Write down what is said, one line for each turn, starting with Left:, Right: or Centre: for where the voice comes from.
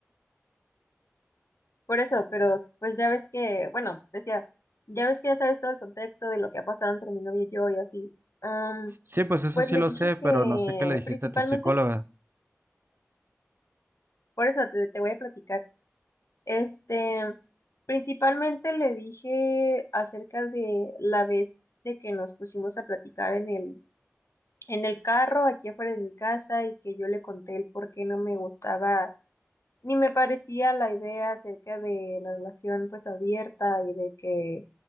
Left: Por eso, pero pues ya ves que, bueno, decía, ya ves que ya sabes todo el contexto de lo que ha pasado entre mi novio y yo y así. Am,
Right: Sí, pues eso
Left: pues
Right: sí
Left: le
Right: lo
Left: dije
Right: sé, pero
Left: que
Right: no sé qué le dijiste
Left: principalmente,
Right: a tu psicóloga.
Left: por eso te, te voy a platicar, este, principalmente le dije acerca de la vez de que nos pusimos a platicar en el, en el carro aquí afuera de mi casa y que yo le conté el por qué no me gustaba Ni me parecía la idea acerca de la relación pues abierta y de que